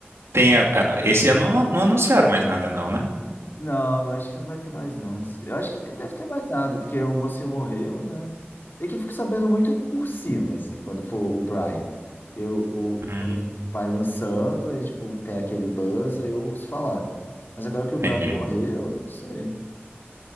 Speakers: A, on the right (about 80°); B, on the left (about 55°).
A: tem. a- a- Esse ano não, não anunciaram mais nada, não, né?
B: não, eu acho que não vai ter mais, não. esse- Eu acho que nem deve ter mais nada, porque o mocinho morreu, né? É que eu fico sabendo muito por cima, assim, quando for o Brian. Eu, o,
A: Hum,
B: quando vai lançando, aí, tipo, tem aquele buzz, aí eu ouço falar. Mas agora que o Brian
A: entendi.
B: morreu, não sei.